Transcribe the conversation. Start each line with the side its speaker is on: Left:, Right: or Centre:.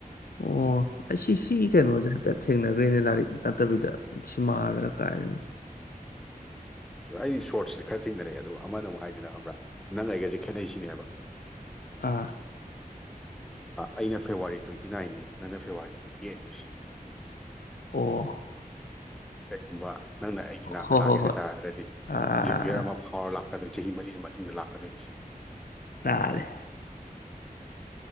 Left: ꯑꯣ ꯑꯩ ꯁꯤ ꯁꯤꯒꯤ ꯀꯩꯅꯣꯁꯦ ꯍꯥꯏꯐꯦꯠ ꯊꯦꯡꯅꯈ꯭ꯔꯦꯅꯦ ꯂꯥꯏꯔꯤꯛ ꯅꯠꯇꯕꯤꯗ ꯁꯤ ꯃꯥꯗ꯭ꯔꯥ ꯀꯥꯏꯗꯅ
Centre: ꯑꯩ ꯁꯣꯔꯠꯁꯦ ꯈꯥꯏ ꯊꯦꯡꯅꯔꯛꯑꯦ ꯑꯗꯨ ꯑꯃꯅ ꯑꯃꯨꯛ ꯍꯥꯏꯁꯤꯅ ꯈꯪꯕ꯭ꯔꯥ ꯅꯪ ꯑꯩꯒꯁꯦ ꯈꯦꯠꯅꯩꯁꯤꯅꯦꯕ
Left: ꯑꯥ
Centre: ꯑꯩꯅ ꯐꯦꯕꯋꯥꯔꯤ ꯇ꯭ꯋꯦꯟꯇꯤ ꯅꯥꯏꯅꯤ ꯅꯪꯅ ꯐꯦꯕꯋꯥꯔꯤ ꯇ꯭ꯋꯦꯟꯇꯤ ꯑꯩꯠꯅꯦ ꯁꯤꯅꯦꯕ
Left: ꯑꯣ
Centre: ꯀꯩꯒꯨꯝꯕ ꯅꯪꯅ ꯑꯩꯒꯤ ꯅꯥꯛꯇ
Left: ꯍꯣ
Centre: ꯂꯥꯛꯒꯦ
Left: ꯍꯣ ꯍꯣꯏ
Centre: ꯍꯥꯏꯇꯥꯥꯔꯒꯗꯤ
Left: ꯑꯥ
Centre: ꯂꯤꯄꯤꯌꯔ ꯑꯃ ꯐꯥꯎꯔ ꯂꯥꯛ ꯂꯥꯛꯀꯗꯣꯏꯅꯤ ꯆꯍꯤ ꯃꯔꯤꯒꯤ ꯃꯇꯨꯡꯗ ꯂꯥꯛꯀꯗꯣꯏꯅꯤ ꯁꯤꯅꯦ
Left: ꯂꯥꯔ